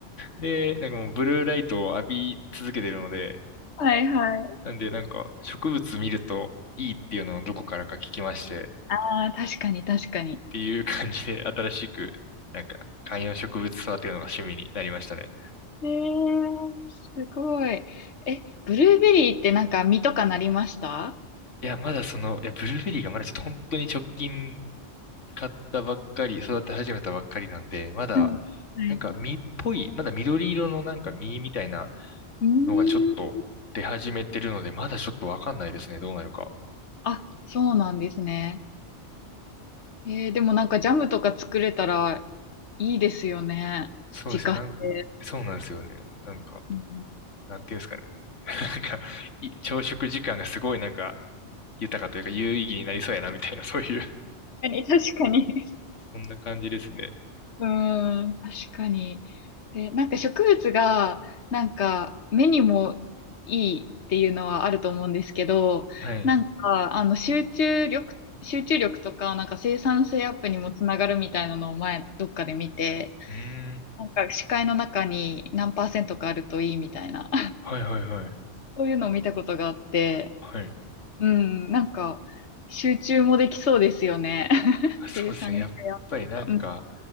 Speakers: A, on the left; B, on the left.
A: で、なんかもうブルーライトを浴び続けてるので、
B: はいはい。
A: なんでなんか植物見るといいっていうのをどこからか聞きまして、
B: ああ、確かに確かに。
A: っていう感じで新しく、なんか観葉植物育てるのが趣味になりましたね。
B: えー、すごい。え、ブルーベリーってなんか実とかなりました
A: いや、まだその、いや、ブルーベリーがまだちょっと本当に直近買ったばっかり、育て始めたばっかりなんで、まだ、
B: はい。
A: なんか実っぽい、
B: はい。
A: まだ緑色のなんか実みたいな
B: うーん。
A: のがちょっと出始めてるので、まだちょっとわかんないですね、どうなるか。
B: あ、そうなんですね。えー、でもなんかジャムとか作れたらいいですよね。
A: そうですよ。
B: 自家製。
A: なん、そうなんですよね。なんか、
B: うん、
A: なんていうんですかね。<laughs> なんか、い朝食時間がすごいなんか、豊かというか有意義になりそうやな、みたいな、そういう
B: 確かに、<laughs> 確かに。
A: <laughs> そんな感じですね。
B: <laughs> うーん、確かに。えなんか植物が、なんか目にもいいっていうのはあると思うんですけど、
A: はい。
B: なんかあの集中力、集中力とか、なんか生産性アップにもつながるみたいなのを前どっかで見て、
A: うーん。
B: なんか視界の中に何パーセントかあるといいみたいな
A: はいはいはい。
B: そういうのを見たことがあって、
A: はい。
B: うん、なんか、集中もできそうですよね。<laughs>
A: あそうですね。
B: 生産性アップとか。
A: やっぱりなんか、
B: うん、